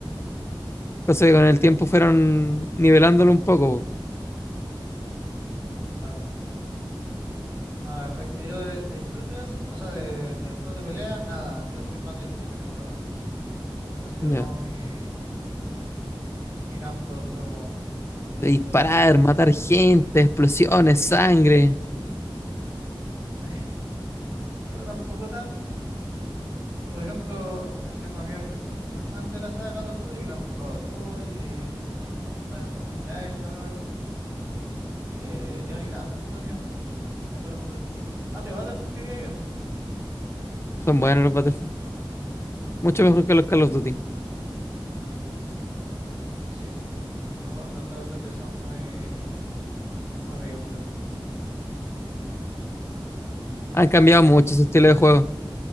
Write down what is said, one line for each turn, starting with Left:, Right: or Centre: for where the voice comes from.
Left: Cosas que con el tiempo fueron nivelándolo un poco.
Right: claro. No, la verdad es que yo de, de shooters, o sea, de, de juegos de pelea, nada. Yo soy más de shooters, en verdad. Eso ha sido
Left: po. Ya.
Right: como mi, mi campo de juego casi
Left: De disparar,
Right: todo el tiempo.
Left: matar gente, explosiones,
Right: Mm.
Left: sangre.
Right: Sí, <laughs> pero tampoco tan... Por ejemplo, eh, tengo amigos que son full fan de la saga Call of Duty y lo han jugado todo y juegan en multiplayer y toda la cuestión. Eh, yo ni tanto en realidad de Call of Duty. Más de Battlefield diría yo.
Left: Son buenos los Battlefield. Mucho
Right: Sí,
Left: mejor que los Call of Duty.
Right: sí. Los, los Call of Duty son muy, muy ridículos.
Left: Han cambiado mucho su estilo de juego.